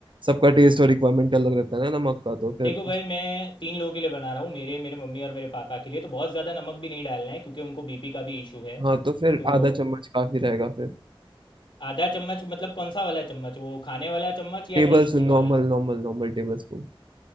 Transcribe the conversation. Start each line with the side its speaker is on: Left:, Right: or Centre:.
Right: सबका टेस्ट और रिक्वायरमेंट अलग रहता है ना नमक का तो फिर
Left: देखो भाई मैं तीन लोगों के लिए बना रहा हूँ मेरे मेरे मम्मी और मेरे पापा के लिए तो बहुत ज़्यादा नमक भी नहीं डालना है क्योंकि उनको बीपी का भी इशू है
Right: हाँ तो फिर
Left: तो
Right: आधा चम्मच काफी रहेगा फिर
Left: आधा चम्मच मतलब कौन सा वाला चम्मच वो खाने वाला चम्मच या
Right: टेबल
Left: टीस्पून
Right: स्पून normal
Left: वाला
Right: normal normal tablespoon.